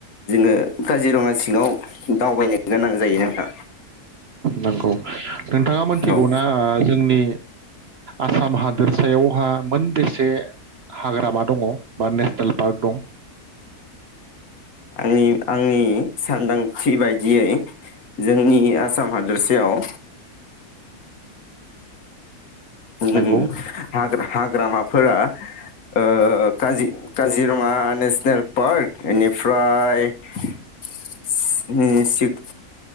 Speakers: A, on the left; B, on the right.
A: जोङो काजिरङा सिङाव दावबायनो गोनां जायो नोंथां।
B: नंगौ नोंथाङा मोनथिगौना
A: औ
B: ओ जोंनि आसाम हा दोरसायावहा मोनबेसे हाग्रामा दङ बा नेसनेल पार्क दं?
A: आंनि आंनि सानदांथि बायदियै जोंनि आसाम हादोरसायाव ओम
B: नंगौ
A: हाग्रा हाग्रामा फोरा ओ ओ काजि-काजिरङा नेसनेल पार्क इनिफ्राय ओम थिग